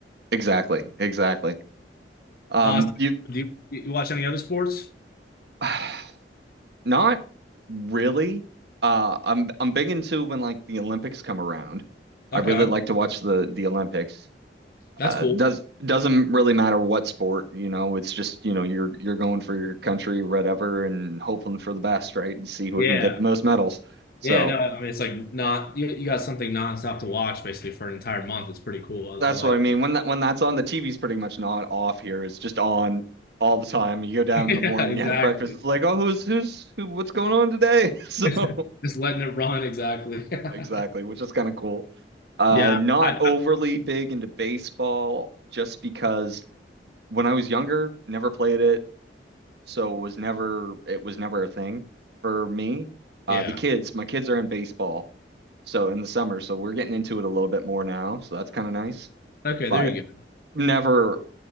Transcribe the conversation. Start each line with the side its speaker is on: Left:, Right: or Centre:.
Right: exactly, exactly. Um,
Left: Uh, so
Right: you
Left: do you, you watch any other sports?
Right: <sighs> not really. Uh, I'm I'm big into when like the Olympics come around. I
Left: Okay,
Right: really like to watch the the Olympics.
Left: that's
Right: uh,
Left: cool.
Right: does doesn't really matter what sport, you know. It's just you know you're you're going for your country, whatever, and hoping for the best, right? And see who
Left: Yeah.
Right: can get the most medals. So
Left: Yeah, no, I mean it's like not you, you got something nonstop to watch basically for an entire month. It's pretty cool.
Right: that's
Left: I, I like
Right: what I mean.
Left: it.
Right: When
Left: <laughs>
Right: that when that's on, the TV's pretty much not off here. It's just on all the time. You go down
Left: Yeah,
Right: in the morning,
Left: exactly.
Right: you have breakfast. It's like, oh, who's who's who? What's going on today? <laughs>
Left: <laughs>
Right: So
Left: Just, just letting it run, exactly. <laughs>
Right: exactly, which is kind of cool. Uh,
Left: Yeah,
Right: not
Left: I,
Right: overly
Left: I-
Right: big into baseball, just because when I was younger, never played it. so it was never it was never a thing for me. Uh,
Left: yeah.
Right: the kids, my kids are in baseball, so in the summer, so we're getting into it a little bit more now, so that's kind of nice.
Left: Okay,
Right: But
Left: there you go.
Right: never